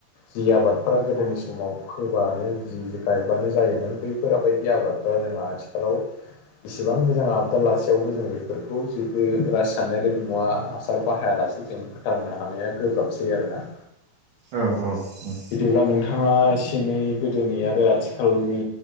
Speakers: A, on the left; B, on the right.
A: जि आबादफोरा गोदोनि समाव फोबानो जि गायबानो जायोमोन बैफोर बायदि आबादफोरा जोंहा आथिखालाव इसिबां मोजां आबदा लासेयावबो जों बेफोरखौ जेबो रासायनारि मुवा हासार बाहायाला जों फोथांनो हानाया गोब्राबसै आरोना
B: औ औ उम
A: बिदिब्ला नोंथाङा एसे एनै गोदोनि आरो आथिखालनि